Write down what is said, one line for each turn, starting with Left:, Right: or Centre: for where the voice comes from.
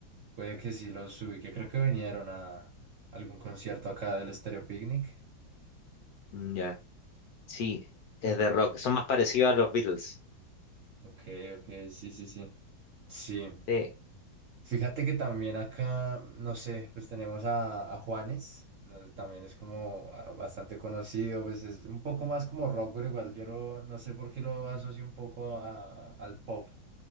Right: puede que sí los que creo que vinieron a algún concierto acá del Stereo Picnic.
Left: Mm, Ya, Sí, es de rock, son más parecidos a los Beatles.
Right: Ok, ok, sí, sí, sí. Sí,
Left: Sí,
Right: fíjate que también acá, no sé, pues tenemos a, a Juanes, ¿no? también es como ah, bastante conocido, pues es un poco más como rock, pero igual yo lo, no sé por qué lo asocio un poco a- al pop.